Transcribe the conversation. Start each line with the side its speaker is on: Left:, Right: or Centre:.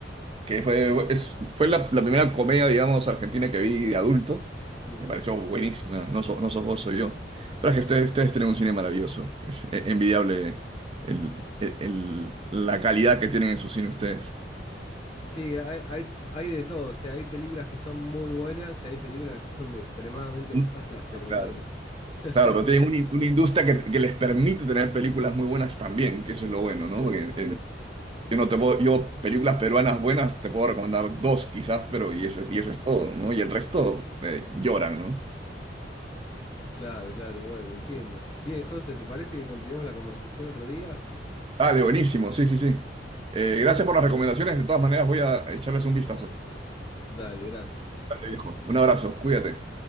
Right: Que fue, es- fue la, la primera comedia, digamos, argentina que vi de adulto.
Left: Mm.
Right: Me pareció buenísima. No, so- no sos vos, soy yo. Pero es que ustedes, ustedes tienen un cine maravilloso. Es eh, envidiable el- el- el- la calidad que tienen en su cine ustedes.
Left: Sí, hay, hay, hay de todo. O sea, hay películas que son muy buenas y hay películas que son <laughs> extremadamente
Right: Mm.
Left: malas, pero
Right: Ah, Claro.
Left: bueno. <laughs>
Right: Claro, pero tienen una, in- una industria que, que les permite tener películas muy buenas también, que eso es lo bueno, ¿no?
Left: Sí,
Right: Porque,
Left: sí,
Right: eh,
Left: sí.
Right: yo no te puedo, yo películas peruanas buenas te puedo recomendar dos quizás, pero y
Left: Mm.
Right: eso, y eso es todo, ¿no? Y el resto eh, lloran, ¿no?
Left: Claro, claro, bueno, entiendo. Bien, José, ¿te parece que continuemos la conversación otro día?
Right: Dale, buenísimo, sí, sí, sí. Eh,
Left: Perfecto.
Right: gracias por las recomendaciones, de todas maneras voy a echarles un vistazo.
Left: Dale, gracias.
Right: Dale, viejo. Un abrazo, cuídate.